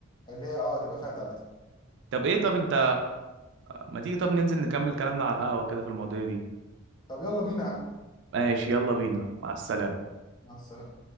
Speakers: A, on the left; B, on the right.
A: اللي هي اه تبقى فيها تالته
B: طب ايه طب انت ما تيجي طب ننزل نكمل كلامنا على القهوة كده في المواضيع دي
A: طب يلا بينا يا عم
B: ماشي يلا بينا مع السلامة
A: مع السلامه